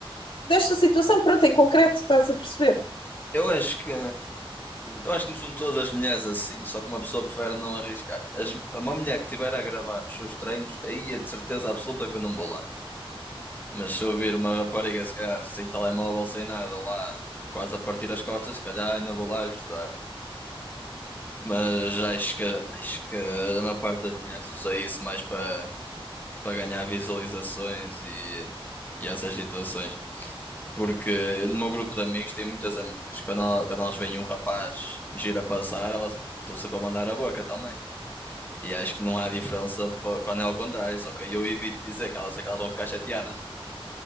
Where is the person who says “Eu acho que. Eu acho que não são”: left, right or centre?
Left